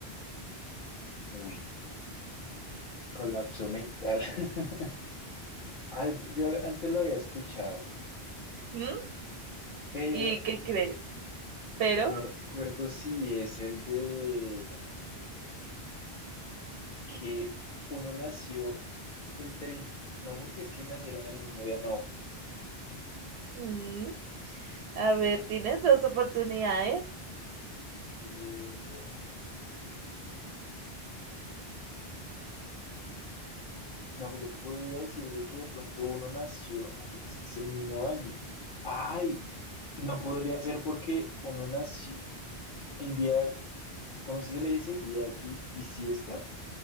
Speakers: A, on the left (about 55°); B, on the right (about 85°).
A: Uy, colapso mental. <laughs> Algo, yo antes lo había escuchado,
B: ¿Mm?
A: pero
B: ¿Y qué crees? Pero,
A: no recuerdo si es el de que uno nació el 30, no porque es que nacieron el mismo día, no.
B: mm, a ver, tienes dos oportunidades.
A: Eh, No, pues yo podría decir de que de pronto uno nació, no, porque es que es el mismo año. Ay, no podría ser porque uno nació en día, ¿cómo es que se le dice? Día di- bisiesto.